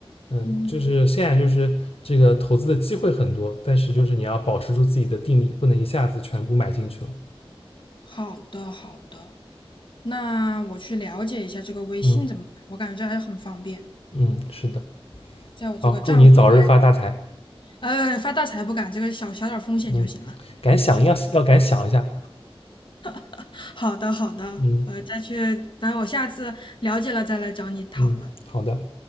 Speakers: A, on the left; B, on the left.
A: 嗯，
B: 嗯，
A: 就是现在就是这个投资的机会很多，但是就是你要保持住自己的定力，不能一下子全部买进去了。
B: 好的，好的，那我去了解一下这个微信怎么买，
A: 嗯
B: 我感觉这还是很方便，
A: 嗯，是的。
B: 在我这个账号开，
A: 好，祝你早日发大财。
B: 呃，发大财不敢，这个小小点儿风险就行了。
A: 嗯，敢想一要要敢想一下。
B: <laughs> 好的，好的，
A: 嗯
B: 呃，再去，等我下次了解了再来找你讨论。
A: 嗯，好的。